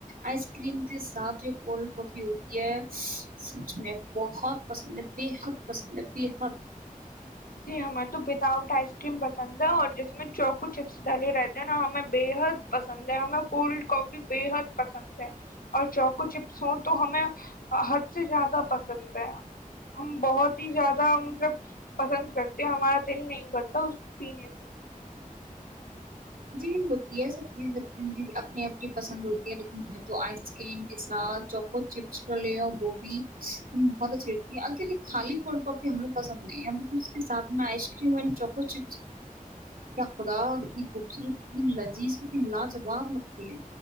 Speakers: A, on the right; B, on the left.
A: آئس کریم کے ساتھ جو کولڈ کافی ہوتی ہے سچ میں بہت پسند ہے بےحد پسند ہے بےحد
B: جی ہمیں تو وداؤٹ آئس کریم پسند ہے اور جس میں چوکو چپس ڈلے رہتے ہیں نا ہمیں بےحد پسند ہے ہمیں کولڈ کافی بے حد پسند ہے اور چوکو چپس ہوں تو ہمیں حد سے زیادہ پسند ہے ہم بہت ہی زیادہ مطلب پسند کرتے ہمارا دل نہیں بڑتا اس کو پینے سے
A: جی ہوتی ہے سب چیز اپنی اپنی پسند ہوتی ہے لیکن ہمیں تو آئس کریم کے ساتھ چوکو چس گوبھی بہت اچھی لتی ہے خالیی ہمیں پسند نہیں ہے اس کے ساتھ میں آئس کریم اینکوس خدا نی خوبصورت کتنی لذیذ کتنی لاجواب لگتی ہے